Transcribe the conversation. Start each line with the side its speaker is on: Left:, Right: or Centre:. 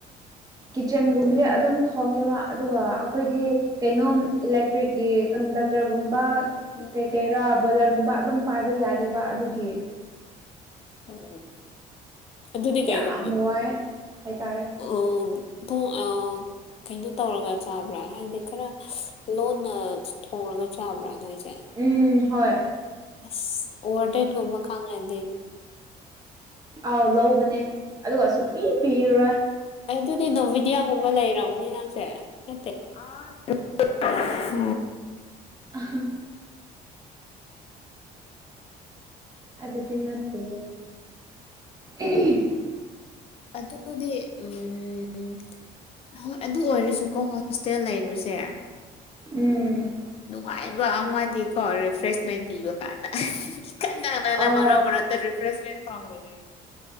Right: ꯀꯤꯠꯆꯟꯒꯨꯝꯕꯗꯤ ꯑꯗꯨꯝ ꯊꯣꯡꯉꯦꯕ ꯑꯗꯨꯒ ꯑꯩꯈꯣꯏꯗꯤ ꯀꯩꯅꯣꯝꯂ ꯦꯛꯇ꯭ꯔꯤꯛꯀꯤ ꯀꯟꯗꯛꯇꯔꯒꯨꯝꯕ
Left: ꯎꯝ
Right: ꯀꯩ ꯀꯩꯔꯥ ꯕꯣꯏꯂꯔꯒꯨꯝꯕ ꯑꯗꯨꯝ ꯄꯥꯏꯕ ꯌꯥꯗꯦꯕ ꯑꯗꯨꯒꯤ꯫
Left: ꯎꯝ ꯑꯗꯨꯗꯤ ꯀꯩꯒꯨꯝꯕ
Right: ꯌꯥꯝ ꯋꯥꯏ ꯍꯥꯏꯇꯥꯔꯦ
Left: ꯑ ꯇꯨꯡ ꯑ ꯀꯩꯅꯣ ꯇꯧꯔꯒ ꯆꯥꯕ꯭ꯔꯥ ꯍꯥꯏꯗꯤ ꯈꯔ ꯂꯣꯟꯅ ꯊꯣꯡꯉꯒ ꯆꯥꯕ꯭ꯔꯥ ꯅꯣꯏꯁꯦ
Right: ꯎꯝ ꯍꯣꯏ
Left: ꯑꯁ ꯑꯣꯔ ꯇꯥꯏꯟꯒꯃ ꯈꯪꯗꯤꯦ
Right: ꯑꯥꯎ ꯂꯧꯕꯅꯦ ꯑꯗꯨꯒ ꯁꯨꯛꯄꯤ ꯄꯤꯔꯔꯣꯏ
Left: ꯑꯗꯨꯗꯤ ꯅꯣꯚꯤꯗꯤꯌꯥꯒꯨꯝꯕ ꯂꯩꯔꯕꯅꯤ ꯅꯪꯁꯦ ꯅꯠꯇꯦ ꯑꯥ ꯑꯣ
Right: ꯑꯍꯥ ꯑꯗꯨꯗꯤ ꯅꯠꯇꯦ ꯎꯝ
Left: ꯑꯗꯣꯗꯤ ꯎꯝ ꯍꯣꯏ ꯑꯗꯨ ꯑꯣꯏꯔꯁꯨꯀꯣ ꯍꯣꯁꯇꯦꯜ ꯂꯩꯕꯁꯦ
Right: ꯎꯝ
Left: ꯅꯨꯡꯉꯥꯏꯕ ꯑꯃꯗꯤꯀꯣ ꯔꯤꯐ꯭ꯔꯦꯁꯃꯦꯟ ꯄꯤꯕ ꯀꯥꯟꯗ ꯈꯤꯇꯪ ꯀꯩꯅꯣ
Right: ꯑꯣ
Left: ꯃꯔꯛ ꯃꯔꯛꯇ ꯔꯤꯐ꯭ꯔꯦꯁꯃꯦꯟ ꯐꯪꯑꯣꯗꯔꯥ